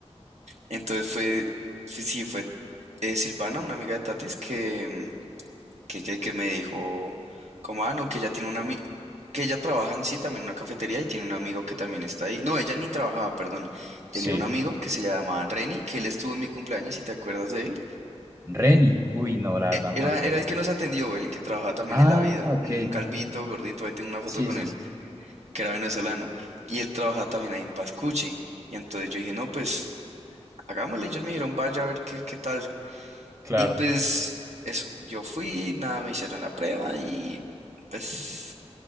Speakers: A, on the right; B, on the right.
A: Entonces fue, fue- sí, fue eh, Silvana, una amiga de Tatis, que, mm, que, que, que me dijo, como, ah, no, que ella tiene una ami- que ella trabaja en sí también en una cafetería y tiene un amigo que también está ahí. No, ella ni trabajaba, perdón. Tenía
B: Sí.
A: un amigo que se llamaba Renny, que él estuvo en mi cumpleaños, si te acuerdas de él.
B: Reni. Uy, no, la
A: E-
B: verdad no
A: Era,
B: me acuerdo.
A: era el que nos atendió, el que trabajaba también
B: Ah,
A: en la vida.
B: ok.
A: Un calvito, gordito, ahí tengo una foto
B: Sí,
A: con
B: sí,
A: él,
B: sí.
A: que era venezolano. Y él trabajaba también ahí en Pascucci. Y entonces yo dije, no, pues hagámosle. Ellos me dijeron, vaya a ver qué, qué tal.
B: Claro.
A: Y pues eso, yo fui, nada, me hicieron la prueba y pues